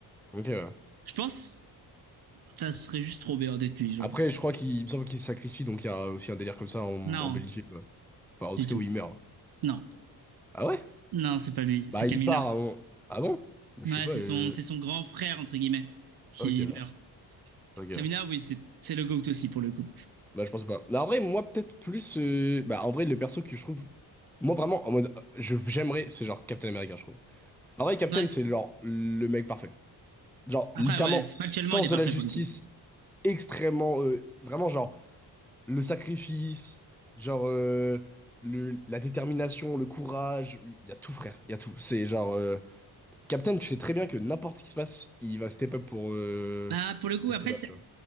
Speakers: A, in the centre; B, on the right.
A: Ok, ouais.
B: Je pense ça serait juste trop bien d'être lui genre.
A: Après, je crois qu'il il me semble qu'il se sacrifie, donc il y a aussi un délire comme ça en,
B: Non,
A: en Belgique. quoi. Enfin, en
B: du
A: tout
B: tout.
A: cas, où il meurt.
B: Non.
A: Ah ouais?
B: Non, c'est pas lui,
A: Bah,
B: c'est Kamina.
A: il part avant. Ah bon? Bah,
B: Ouais,
A: je sais pas.
B: c'est
A: euh,
B: son c'est son grand frère entre guillemets qui
A: Ok, ouais.
B: meurt.
A: ok.
B: Kamina, oui, c'est c'est le goat aussi pour le coup.
A: Bah, je pense pas. Bah, en vrai, moi, peut-être plus. euh, Bah, en vrai, le perso que je trouve. Moi, vraiment, en mode. euh, je- J'aimerais, c'est genre Captain America, je trouve. En vrai, Captain,
B: Ouais.
A: c'est genre le mec parfait. Genre,
B: Après
A: littéralement,
B: ouais, c'est-
A: sens
B: factuellement il est
A: de
B: parfait
A: la justice
B: pour le coup.
A: extrêmement. euh, vraiment, genre, le sacrifice, genre, euh, le, la détermination, le courage. oui, Il y a tout, frère. Il y a tout. C'est genre. euh, Captain, tu sais très bien que n'importe ce qui se passe, il va step up pour, euh,
B: Bah, pour le coup,
A: pour
B: après,
A: se battre,
B: c'est
A: tu vois.